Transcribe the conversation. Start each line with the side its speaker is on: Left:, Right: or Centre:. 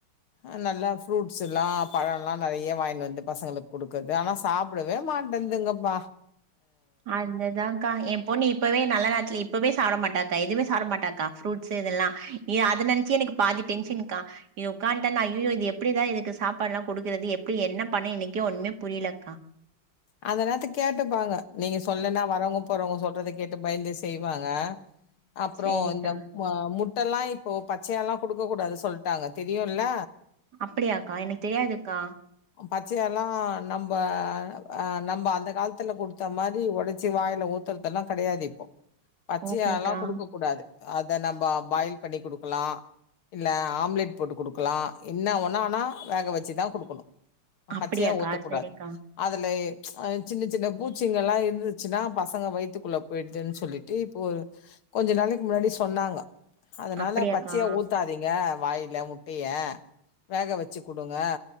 Left: ம் நல்லா ஃப்ரூட்ஸ் எல்லா பழம்ல்லா நெறைய வாங்கிட்டு வந்து பசங்களுக்கு குடுக்குறது ஆனா சாப்டவே மாட்டேங்கதுப்பா
Right: அந்த ‌ இதாக்கா என் பொண்ணு இப்பவே நல்ல நேரத்துல இப்பவே சாப்ப மாட்டாக்கா எதுமே சாப்ப மாட்டாக்கா ஃப்ரூட்ஸ் இதெல்லா எ அத நினைச்சே எனக்கு பாதி டென்ஷன் க்கா இது உட்காந்துட்டா நா அய்யயோ இது எப்டிதான் இதுக்கு சாப்பாடு எல்லாம் கொடுக்குறது எப்டி என்ன பண்ணி என்னக்கே ஒண்ணுமே புரியலக்கா
Left: அந்த நேரத்துக்கு கேட்டுப்பாங்க நீங்க சொல்லன்னா வரவங்க போறவங்க சொல்றத கேட்டு பயந்து செய்வாங்க அப்றோ
Right: சேரிக்கா
Left: இந்த மு முட் முட்டெல்லா இப்போ பச்சயால்லா குடுக்கக் கூடாது சொல்லிட்டாங்க தெரியும்ல
Right: அப்டியாக்கா எனக்கு தெரியாதுக்கா
Left: பச்சயால்லா நம்ப ஆ நம்ப அந்த காலத்துல குடுத்த மாரி உடைச்சி வாயில ஊத்துறதெல்லாம் கெடையாது இப்போ பச்சயல்லாம்
Right: ஓகேக்கா
Left: குடுக்க கூடாது அத நம்ம பாயில் பண்ணி குடுக்கலா இல்ல ஆம்லெட் போட்டு குடுக்கலா என்ன வொன்னா ஆனா வேக வச்சுதான் குடுக்கணு
Right: அப்படியாக்கா
Left: பச்சையா ஊத்தக்கூடாது
Right: சேரிக்கா
Left: அது லை சின்ன சின்ன பூச்சிங்கல்லா இருந்துச்சுன்னா பசங்க வயித்துக்குள்ள போயிடுதுன்னு சொல்லிட்டு இப்போ கொஞ்ச நாளைக்கு முன்னாடி சொன்னாங்க அதனால
Right: அப்படியாக்கா
Left: பச்சையா ஊத்தாதீங்க வாயில முட்டைய வேக வச்சு குடுங்க